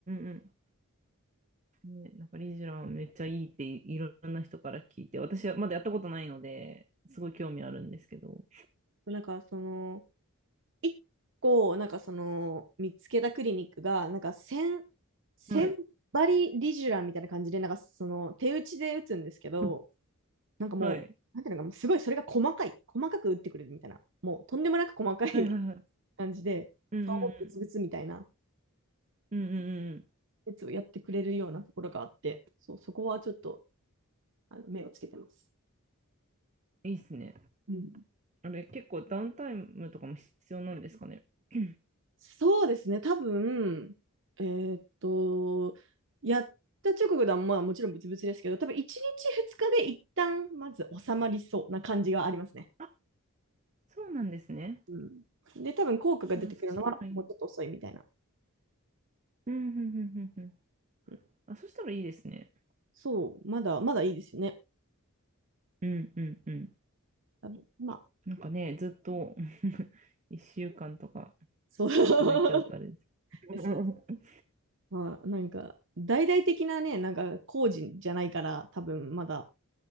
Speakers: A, on the right; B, on the right.
A: うんうん。ね、なんかリジュランめっちゃいいっていろんな人から聞いて、私はまだやったことないので、すごい興味あるんですけど。
B: なんか、その、一個、なんかその、見つけたクリニックが、なんか1 0針リジュラみたいな感じで、
A: はい。
B: なんかその、手打ちで打つんですけど、
A: <laughs>
B: なんかもう、
A: はい。
B: なんていうのか、もうすごいそれが細かい、細かく打ってくれるみたいな、もうとんでもなく細かい <laughs>
A: はいはいはい。
B: 感じで、
A: うんうんうん。
B: 顔もブツブツみたいな
A: うんうんうんうんうんうん
B: やつをやってくれるようなところがあって、そう、そこはちょっと、あの、目をつけてます。
A: いいっすね。
B: うん
A: あれ、結構ダウンタイムとかも必要なんですかね。<clears throat>
B: そうですね、多分、えーっと、やった直後では、まあもちろんブツブツですけど、多分1日2日で一旦まず収まりそうな感じがありますね。
A: あ、そうなんですね。
B: うん。で、多分効果が出てくるのはもうちょっと遅いみたいな。
A: あ、そしたらいい。うん、うん、うん、うん。うん
B: うん
A: あ、そしたらいいですね。
B: そう、まだ、まだいいですよね。
A: うん、うん、うん。
B: 多分、まあ、
A: なんかね、ずっと <laughs> 1週間とか
B: そう。<laughs>
A: 続いちゃうとあれですけど。
B: えそうです
A: <laughs> うんうん
B: まあ、なんか、大々的なね、なんか工事じゃないから、多分まだ。